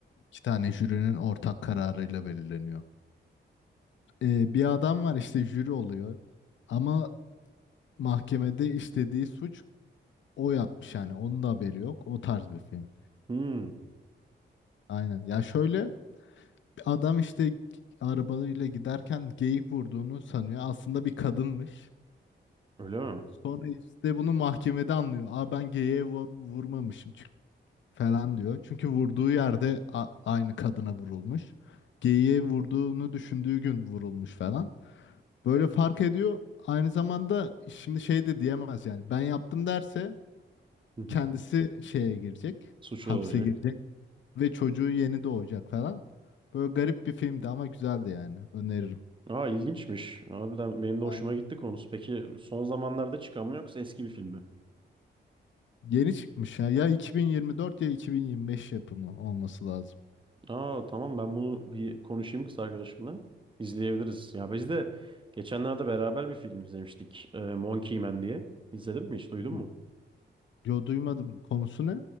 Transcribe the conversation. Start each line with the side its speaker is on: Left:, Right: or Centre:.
Left: İki tane jürinin ortak kararıyla belirleniyor. Ee, bir adam var işte jüri oluyor. Ama mahkemede istediği suç o yapmış yani. Onun da haberi yok. O tarz bir film.
Right: Hmm,
Left: Aynen. Ya şöyle Adam işte arabayla giderken geyik vurduğunu sanıyor. Aslında bir kadınmış.
Right: öyle mi?
Left: Sonra işte bunu mahkemede anlıyor. Aa ben geyiğe vur- vurmamışım çünkü falan diyor. Çünkü vurduğu yerde a- aynı kadına vurulmuş. Geyiğe vurduğunu düşündüğü gün vurulmuş falan. Böyle fark ediyor. Aynı zamanda şimdi şey de diyemez yani. Ben yaptım derse
Right: Hı hı.
Left: kendisi şeye girecek.
Right: Suçlu
Left: Hapse
Right: olacak.
Left: girecek. Ve çocuğu yeni doğacak falan. Böyle garip bir filmdi ama güzeldi yani. Öneririm.
Right: Aa ilginçmiş. Harbiden benim
Left: Aynen.
Right: de hoşuma gitti konusu. Peki son zamanlarda çıkan mı yoksa eski bir film mi?
Left: Yeni çıkmış ya. Ya 2024 ya 2025 yapımı olması lazım.
Right: Aa tamam ben bunu bir konuşayım kız arkadaşımla. İzleyebiliriz. Ya biz de geçenlerde beraber bir film izlemiştik. E, Monkey Man diye. İzledin mi hiç duydun
Left: Hı.
Right: mu?
Left: Yo duymadım. Konusu ne?